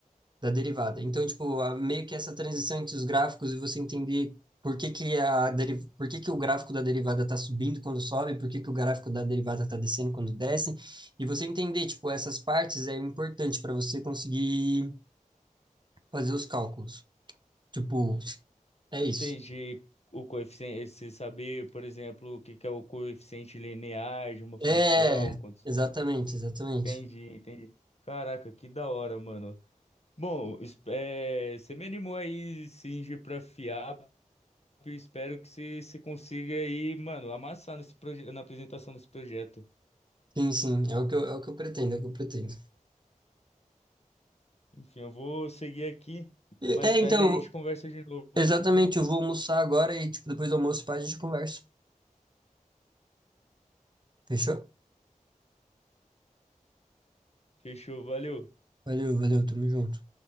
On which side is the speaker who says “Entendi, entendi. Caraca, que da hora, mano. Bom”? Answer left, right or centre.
Left